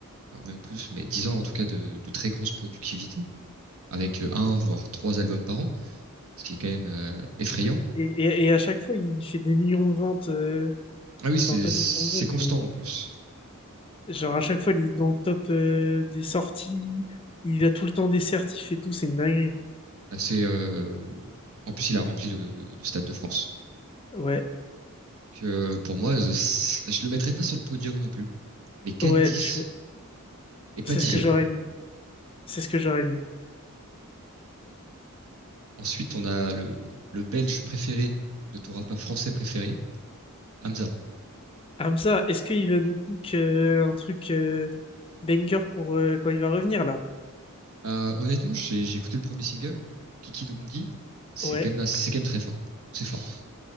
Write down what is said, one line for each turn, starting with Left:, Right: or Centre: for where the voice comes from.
Right: enfin, même plus, mais 10 ans en tout cas de, de très grosse productivité, avec euh, un voire trois albums par an, ce qui est quand même euh, effrayant.
Left: Et, et, et à chaque fois, il fait des millions de ventes. euh,
Right: Ah oui, c'est
Left: Enfin, pas
Right: c'est
Left: des millions de ventes,
Right: constant
Left: mais...
Right: en plus.
Left: Genre, à chaque fois, il est dans le top euh, des sorties. Il a tout le temps des certifs et tout. C'est une dinguerie.
Right: Bah, c'est euh, le- en plus il a rempli le, le- le stade de France.
Left: Ouais,
Right: Que pour moi, je, je le mettrais pas sur le podium non plus, mais 4-10
Left: ouais, je-
Right: et pas
Left: c'est
Right: 10
Left: ce que j'aurais mis. C'est ce que j'aurais mis.
Right: Ensuite, on a le, le Belge préféré de ton rappeur français préféré, Hamza.
Left: Hamza, est-ce qu'il va nous cook euh, un truc euh, banger pour euh, quand il va revenir, là?
Right: Euh, honnêtement, j'ai j'ai écouté le premier single, Kiki Domondi. C'est
Left: Ouais,
Right: quand même, c'est quand même très fort. C'est fort.